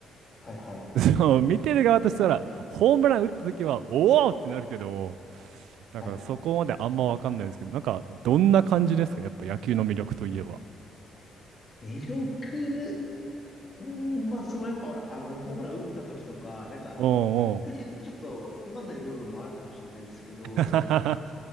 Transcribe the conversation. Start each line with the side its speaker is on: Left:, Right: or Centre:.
Left: はい、はい、はい。
Right: そう、見てる側としたら、ホームラン打ったときは、おおってなるけど、なんかそこまであんまわかんないですけど、
Left: はい。
Right: なんかどんな感じですかやっぱ野球の魅力といえば。
Left: 魅力、うーん、まあ、そのやっぱ、あの、ホームラン打った時とか、なんか、
Right: おうおう。
Left: 逆に言うとちょっとつまんない部分もあるかもしれないんですけど、
Right: <laughs>
Left: その、